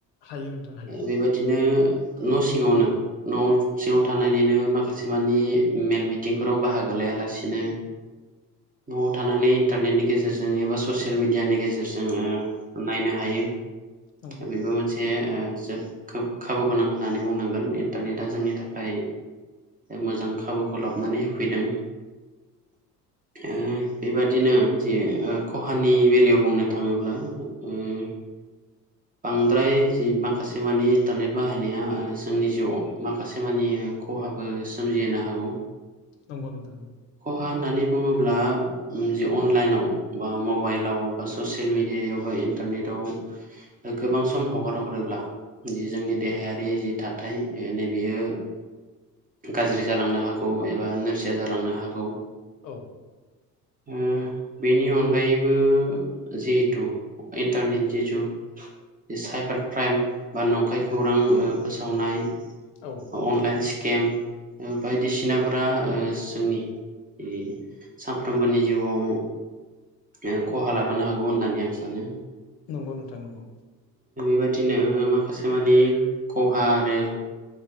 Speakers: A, on the left; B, on the right.
A: हायो नोंथां हायो
B: बेबायदिनो न' सिङावनो न' सिङाव थानायानानैनो माखासे मानि मेलमिट बिथिंफोराव बाहागो लायालासिनो न'आव थानानै इन्टारनेटनि गेजेरजों एबा ससियेल मिडियानि गेजेरजों ओ नायनो हायो।
A: नंगौ
B: बेबो मोनसे ओ जो खोब खाबु गोनां होननानै बुंनांगोन इन्टारनेटआ जोंनि थाखाय मोजां खाबुखौ लाबनानै होफैदों <inaudible> ओ बेबादिनो जे ओ खहानि बेलायाव बुंनो थाङोब्ला ओ <inaudible> बांद्राय जि माखासे मानि इन्टारनेट बाहायनाया ओ जोंनि जिउवाव माखासे मानि ओ खहा आबो सोमजिहो हागौ।
A: नंगौ नोंथां।
B: फा होननानै बुङोब्ला उम जि अनलाइनाव बा मबाइलाव बा ससियेल मिडियायाव बा ए इन्टारनेटाव ओ गोबां सम हगार हरोब्ला जि जोंनि देहायारि जि थाथाय ओ नैबेयो गाज्रि जालांनो हागौ एबा नोरजिया जालांनो हागौ।
A: औ।
B: <inaudible> ओ बेनि अनगायैबो जिहेथु इन्टारनेट जे जुग साइबार क्राइम बा नंखाय खौरां ओ फोसावनाय
A: औ
B: अनलाइन स्केम ओ बायदिसिना फोरा ओ जोंनि इ सानफ्रामबोनि जिवाव ओ खहा लाबोनो हागौ होननानै आं सानो।
A: नंगौ नोंथां नंगौ।
B: बेबादिनो ओ माखासे मानि खहा आरो